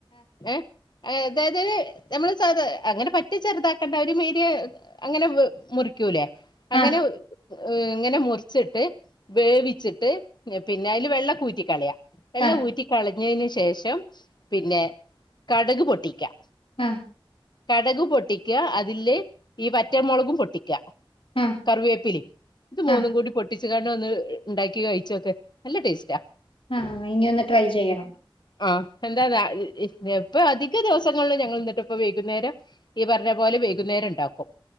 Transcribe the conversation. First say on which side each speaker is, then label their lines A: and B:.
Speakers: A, on the left; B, on the left.
A: ഏഹ് അതായത് നമ്മള് സാദാ അങ്ങനെ പറ്റെ ചെറുതാക്കേണ്ട ഒരു മീഡിയ അങ്ങനെ വേ മുറിക്കൂലേ അങ്ങനെ
B: ആ
A: ഇങ്ങനെ മുറിച്ചിട്ട് വേവിച്ചിട്ട് പിന്നെ അതില് വെള്ളൊക്കെ ഊറ്റിക്കളയാ വെള്ളം
B: ആ
A: ഊറ്റി കളഞ്ഞതിന് ശേഷം പിന്നെ കടുക് പൊട്ടിക്കാ
B: ആഹ്
A: കടുകും പൊട്ടിക്ക അതില് ഈ വറ്റൽമുളകും പൊട്ടിക്ക
B: ആ
A: കറിവേപ്പിലിം ഇത് മൂന്നും
B: ആ
A: കൂടി പൊട്ടി കാണ്ട് ഒന്ന് ഉണ്ടാക്കി കഴിച്ചോക്ക് നല്ല ടേസ്റ്റാ
B: ആഹ് ഇനി ഒന്ന് ട്രൈ ചെയ്യണം
A: ആഹ് എന്താ താ ഇപ്പ അധിക ദിവസങ്ങളിൽ ഞങ്ങൾ ഇന്നിട്ട് ഇപ്പ വൈകുന്നേരം ഈ പറഞ്ഞ പോലെ വൈകുന്നേരം ണ്ടാക്കും